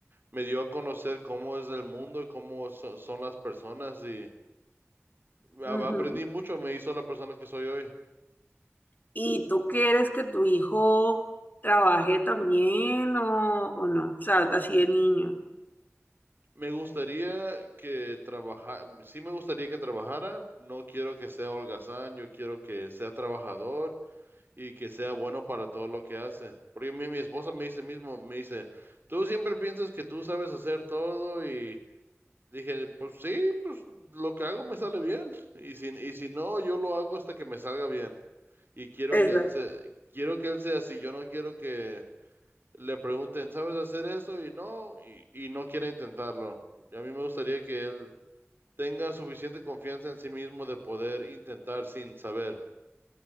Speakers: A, on the right; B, on the left.
A: me dio a conocer cómo es el mundo y cómo so- son las personas y a-
B: Ujú.
A: aprendí mucho, me hizo la persona que soy hoy.
B: ¿Y tú quieres que tu hijo trabaje también o, o no? O sea, así de niño.
A: Me gustaría que trabajara, sí me gustaría que trabajara, no quiero que sea holgazán, yo quiero que sea trabajador y que sea bueno para todo lo que hace. Porque mi, mi esposa me dice mismo, me dice, tú siempre piensas que tú sabes hacer todo y dije, pues sí, pues lo que hago me sale bien <laughs> y si, y si no, yo lo hago hasta que me salga bien. Y quiero
B: Eso
A: que él se, quiero que él sea así, yo no quiero que le pregunten, ¿sabes hacer eso? Y no, y, y no quiere intentarlo. Y a mí me gustaría que él tenga suficiente confianza en sí mismo de poder intentar sin saber.